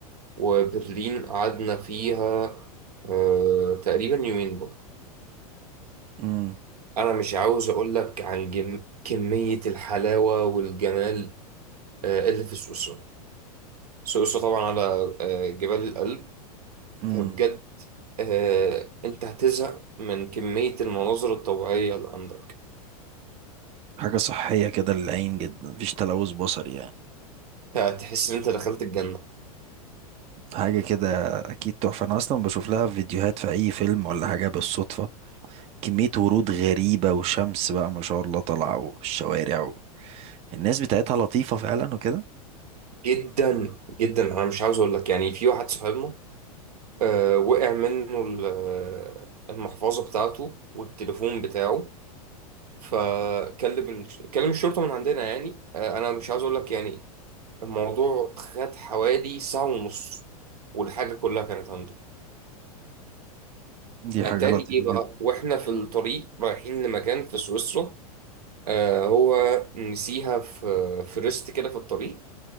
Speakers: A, on the right; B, on the right.
A: وبرلين قعدنا فيها آه، تقريبا يومين برضه
B: امم
A: أنا مش عاوز أقول لك عن جم... كمية الحلاوة والجمال آه، اللي في سويسرا سويسرا طبعا على آه، جبال الألب
B: امم
A: فبجد آه، انت هتزهق من كمية المناظر الطبيعية اللي عندك
B: حاجة صحية كده للعين جدا مفيش تلوث بصري يعني
A: هتحس ان انت دخلت الجنة
B: حاجة كده أكيد تحفة أنا أصلا بشوف لها فيديوهات في أي فيلم ولا حاجة بالصدفة كمية ورود غريبة وشمس بقى ما شاء الله طالعة والشوارع و... الناس بتاعتها لطيفة فعلا وكده
A: جدا جدا انا مش عاوز اقول لك يعني في واحد صاحبنا آه، وقع منه ال- المحفظة بتاعته والتليفون بتاعه فكلم ال- كلم الشرطة من عندنا يعني آه، انا مش عاوز اقول لك يعني الموضوع خد حوالي ساعة ونص والحاجة كلها كانت عنده
B: دي حاجة
A: اتاري
B: لطيفة
A: ايه بقى واحنا في الطريق رايحين لمكان في سويسرا آه، هو نسيها في في ريست كده في الطريق